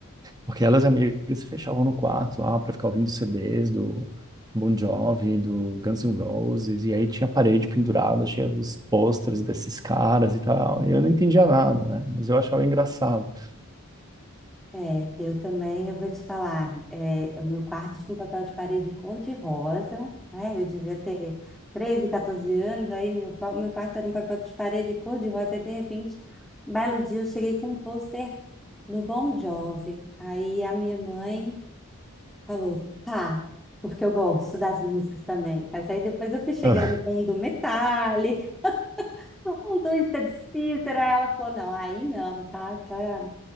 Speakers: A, on the right; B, in the centre.
A: porque elas e amigas se fechavam no quarto lá pra ficar ouvindo CDs do Bon Jovi, do Guns N' Roses, e aí tinha a parede pendurada, cheia dos pôsteres desses caras e tal. E eu não entendia nada, né? Mas eu achava engraçado.
B: É, eu também, eu vou te falar, é, o meu quarto tinha um papel de parede cor-de-rosa, né? Eu devia ter 13, 14 anos, aí meu, pa- meu quarto era um papel de parede cor-de-rosa, e de repente, um belo dia, eu cheguei com um pôster no Bon Jovi. Aí a minha mãe Falou, tá, porque eu gosto das músicas também. Mas aí depois eu fui chegando
A: <laughs>
B: com um do Metallica, <laughs> um do Twisted Sister, aí ela falou, não, aí não, tá, tá.